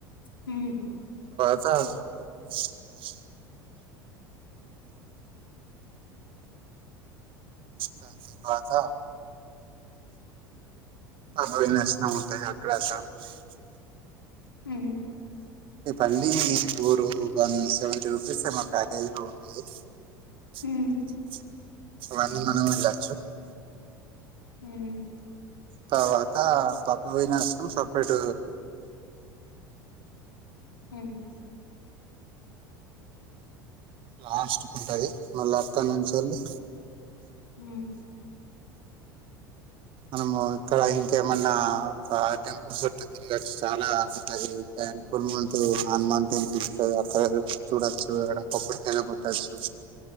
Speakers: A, on the left (about 85°); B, on the right (about 50°).
A: హ
B: ఆ దాని తర్వాత బవి నశనం ఉంటుంది అక్కడ స్నానం చేయొచ్చు
A: ఉ
B: ఈ పళీ టూర్ వన్ సెవెంటీ రూపీస్ ఏమ ప్యాకేజ్లో ఉంటుంది. <inaudible>
A: హ్మ్ హ్మ్ హ్మ్ హ్మ్
B: వాణి మనం వెళ్ళచ్చు
A: హుమ్
B: తర్వాత పప్ప పోయినష్టం సపరేట్
A: హుమ్
B: లాస్ట్కు ఉంటది మళ్ళీ అక్కడి నుంచేళ్ళి
A: ఉమ్
B: మనము ఇక్కడ ఇంకేమన్నా ఆ టెంపుల్స్ చుట్టు తిరగచ్చు చాలాగుంటది టెంపుల్ ము హనుమాన్ టెంపుల్ ఉంటది అక్కడ చూడొచ్చు అక్కడ కొబడి తిన కొట్టచ్చు